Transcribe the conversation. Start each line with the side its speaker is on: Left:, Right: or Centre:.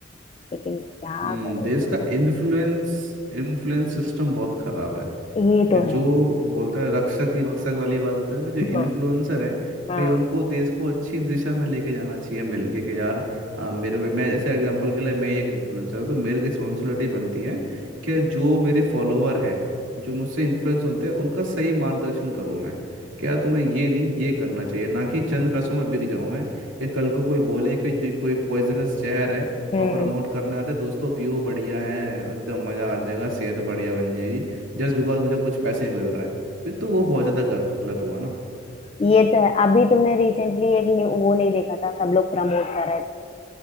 Left: लेकिन क्या
Right: हम्म
Left: करोगे
Right: देश का इन्फ्लुएंस इन्फ्लुएंस सिस्टम बहुत खराब है
Left: ये तो
Right: कि जो
Left: है
Right: बोलते हैं रक्षक ही भक्षक वाली बात होती है ना कि जो
Left: हाँ
Right: इन्फ्लुएंसर हैं
Left: हाँ
Right: कहीं उनको देश को अच्छी दिशा में लेके जाना चाहिए मिलके कि यार आप मेरे को मैं ऐसे एग्जांपल के लिए मैं ही एक इन्फ्लुएंसर हूँ तो मेरी रिस्पॉन्सिबिलिटी बनती है कि जो मेरे फॉलोअर हैं जो मुझसे इन्फ्लुएंस होते हैं उनका सही मार्गदर्शन करूँ मैं क्या तुम्हें ये नहीं ये करना चाहिए ना कि चंद पैसों में बिक जाऊं मैं या कल को कोई बोले कि जो कोई पॉइजनस जहर है
Left: हम्म
Right: और प्रमोट करना अरे दोस्तों पियो बढ़िया है एकदम मज़ा आ जाएगा सेहत बढ़िया बन जाएगी जस्ट बिकॉज मुझे कुछ पैसे मिल रहे हैं फिर तो वो बहुत ज़्यादा गलत हुआ ना
Left: ये तो है अभी तुमने रिसेंटली एक न्यू- वो नहीं देखा था सब लोग प्रमोट कर रहे थे